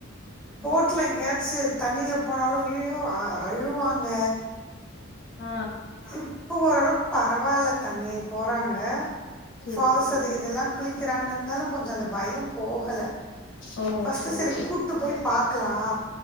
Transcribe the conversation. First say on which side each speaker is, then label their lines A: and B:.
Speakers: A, in the centre; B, on the left.
A: போட்டில எங்கேயாச்சு தண்ணியில் போனாலு அய்யய்யோ அ அழுவாங்க
B: ஆ
A: இப்போ ஓரளவுக்கு பரவாயில்ல தண்ணி போறாங்க
B: சரி,
A: ஃபால்ஸ்
B: சரி.
A: அது இதெல்லா குளி க்கிறாங்க இருந்தாலு கொஞ்சோ அந்த பயோ போகல
B: ஓ!
A: பஸ்ட்டு
B: சரி,
A: சேரி கூட்டு போய் பாக்கலா